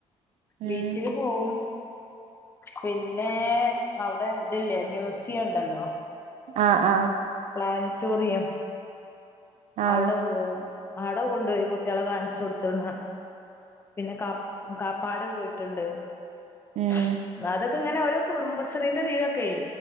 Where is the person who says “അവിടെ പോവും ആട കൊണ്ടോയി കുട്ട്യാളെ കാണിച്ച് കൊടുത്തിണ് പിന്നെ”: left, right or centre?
Left